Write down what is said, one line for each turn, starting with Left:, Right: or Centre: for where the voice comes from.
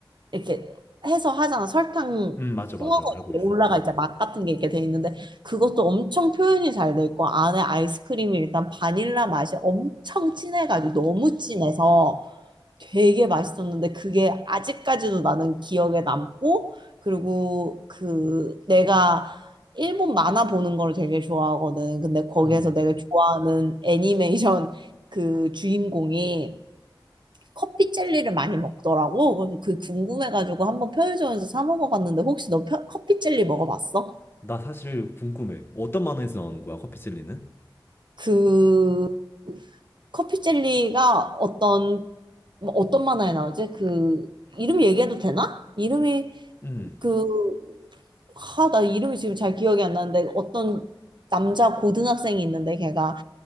Right: 이렇게 해서 하잖아. 설탕
Left: 음, 맞아, 맞아.
Right: 부워서
Left: 알고
Right: 이렇게
Left: 있어.
Right: 올라가
Left: 어.
Right: 이제 맛 같은 게 이렇게 돼 있는데 그것도 엄청 표현이 잘 돼 있고 안에 아이스크림이 일단 바닐라 맛이 엄청 진해가지고 너무 진해서 되게 맛있었는데 그게 아직까지도 나는 기억에 남고 그리고 그 내가 일본 만화 보는 걸 되게 좋아하거든. 근데 거기에서
Left: 음, 음.
Right: 내가 좋아하는 애니메이션 그 주인공이 커피 젤리를 많이 먹더라고. 그래서 그 궁금해가지고 한번 편의점에서 사 먹어봤는데 혹시 너 펴- 커피 젤리 먹어봤어?
Left: 나 사실 궁금해. 어떤 만화에서 나오는 거야, 커피젤리는?
Right: 그 커피 젤리가 어떤 뭐 어떤 만화에 나오지? 그 이름 얘기해도 되나? 이름이
Left: 음.
Right: 그 하, 나 이름이 지금 잘 기억이 안 나는데 어떤 남자 고등학생이 있는데 걔가